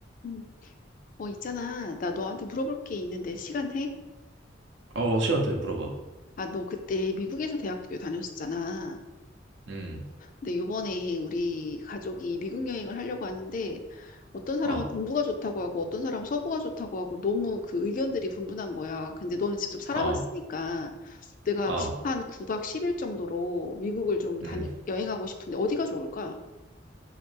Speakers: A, on the left; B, on the right.
A: 음. 어, 있잖아. 나 너한테 물어볼 게 있는데 시간 돼?
B: 어, 씨한테 물어봐.
A: 아, 너 그때 미국에서 대학교 다녔었잖아.
B: 음,
A: 근데 요번에 우리 가족이 미국 여행을 하려고 하는데 어떤 사람은
B: 아,
A: 동부가 좋다고 하고 어떤 사람은 서부가 좋다고 하고 너무 그 의견들이 분분한 거야. 근데 너는 직접 살아봤으니까
B: 아,
A: 내가
B: 아,
A: 한 9박 10일 정도로 미국을 좀 다니,
B: 음,
A: 여행하고 싶은데 어디가 좋을까?